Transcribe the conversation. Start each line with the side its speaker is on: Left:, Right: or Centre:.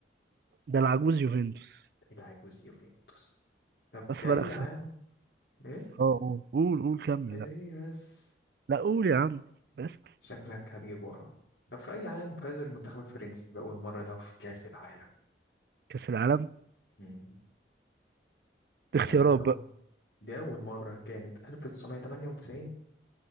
Right: ده العجوز يوفنتوس
Left: العجوز يوفنتوس طب
Right: بس
Left: في أي
Right: بقى أخسر
Left: عام إيه؟
Right: اه قول قول قول كمل
Left: عايز
Right: لا
Left: إيه بس
Right: لا قول يا عم بس
Left: شكلك هتجيب ورا طب في أي عام فاز المنتخب الفرنسي بأول مرة ده في كأس العالم
Right: كأس العالم
Left: مم.
Right: اختيارات
Left: كانت أول دي أول مرة كانت 1998